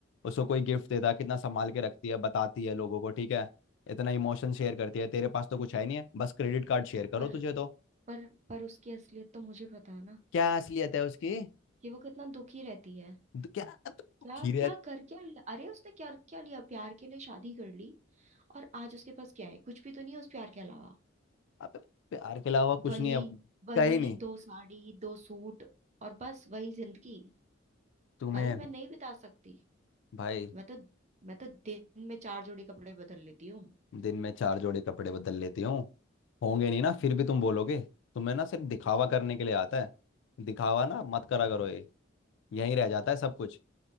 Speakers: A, on the left (about 65°); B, on the right (about 35°).
A: उसको कोई गिफ्ट देता है कितना संभाल के रखती है बताती है लोगों को ठीक है इतना इमोशन शेयर करती है तेरे पास तो कुछ है नहीं है बस क्रेडिट कार्ड शेयर करो
B: पर
A: तुझे तो
B: पर पर उसकी असलियत तो मुझे पता है ना
A: क्या असलियत है उसकी
B: कि वो कितना दुखी रहती है
A: द- क्या अब
B: क्या
A: खीरे
B: क्या
A: है?
B: कर क्या लिया? अरे उसने क्या क्या लिया प्यार के लिए शादी कर ली और आज उसके पास क्या है कुछ भी तो नहीं है उस प्यार के अलावा
A: अब प्यार के अलावा कुछ
B: वही
A: नहीं है
B: वही
A: कहीं नहीं
B: दो साड़ी दो सूट और बस वही जिंदगी
A: तुम्हें
B: भाई मैं नहीं बिता सकती
A: भाई
B: मैं तो मैं तो दिन में चार जोड़ी कपड़े बदल लेती हूँ
A: दिन में चार जोड़े कपड़े बदल लेती हूँ होंगे नहीं ना फिर भी तुम बोलोगे तुम्हें ना सिर्फ दिखावा करने के लिए आता है दिखावा ना मत करा करो ये यहीं रह जाता है सब कुछ